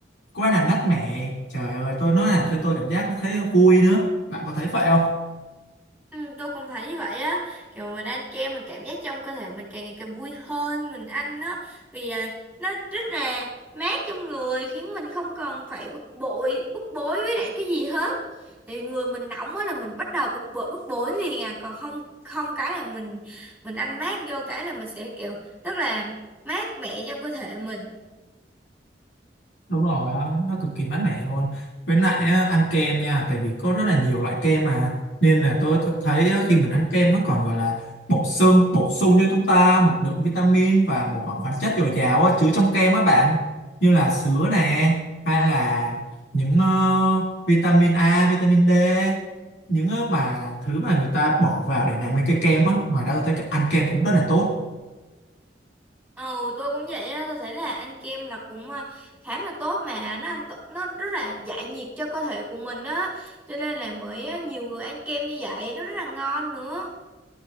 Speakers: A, on the left (about 75°); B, in the centre.
A: quá là mát mẻ. Trời ơi, tôi nói là tôi, tôi cảm giác nó thấy vui nữa. Bạn có thấy vậy không?
B: Ừ, tôi cũng thấy như vậy á kiểu mình ăn kem mình cảm giác trong cơ thể mình càng ngày càng vui hơn mình ăn nó vì à, nó rất là mát trong người khiến mình không còn phải bực bội bức bối với lại cái gì hết thì người mình nóng á là mình bắt đầu bực bội bức bối liền à còn không không cái là mình mình ăn mát vô cái là mình sẽ kiểu rất là mát mẻ trong cơ thể mình
A: đúng rồi á, nó cực kỳ mát mẻ luôn với lại á, ăn kem nha tại vì có rất là nhiều loại kem mà nên là tôi th- thấy á, khi mình ăn kem nó còn gọi là bổ sung bổ sung cho chúng ta một lượng vitamin và một khoáng chất dồi dào á, chứa trong kem á bạn như là sứa nè hay là những ờ, vitamin A vitamin D những ờ, mà thứ mà người ta bỏ vào để làm nên cái kem á ngoài ra tôi thấy cái ăn kem cũng rất là tốt
B: Ừ, tôi cũng vậy á, tôi thấy là ăn kem là cũng à, khá là tốt mà nó ăn tốt, nó rất là giải nhiệt cho cơ thể của mình á, cho nên là mới à, nhiều người ăn kem như vậy, nó rất là ngon nữa.